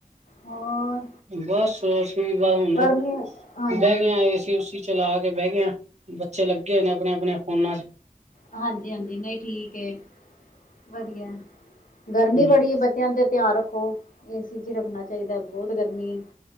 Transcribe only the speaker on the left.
ਹੋਰ?
ਗਰਮੀ ਹਾਂਜੀ
ਹਾਂਜੀ-ਹਾਂਜੀ, ਨਈ ਠੀਕ ਏ, ਵਦੀਆ ਏ। ਗਰਮੀ
ਬੜੀ ਏ, ਬੱਚੇਆਂ ਦੇ ਤਿਆ ਰੱਖੋ, ਏ ਸੀ ਚ ਰੱਖਣਾ ਚਾਹੀਦਾ, ਬੋਹੋਤ ਗਰਮੀ ਏ।